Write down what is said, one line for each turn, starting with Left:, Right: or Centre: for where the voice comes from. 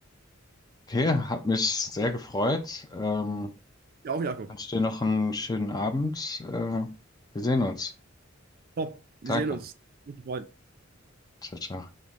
Left: okay, hat mich sehr gefreut. Ähm,
Right: ja auch, Jakob.
Left: wünsche dir noch einen schönen Abend. Äh, wir sehen uns.
Right: Top. Wir
Left: Danke.
Right: sehen uns. Mich gefreut.
Left: Ciao, ciao.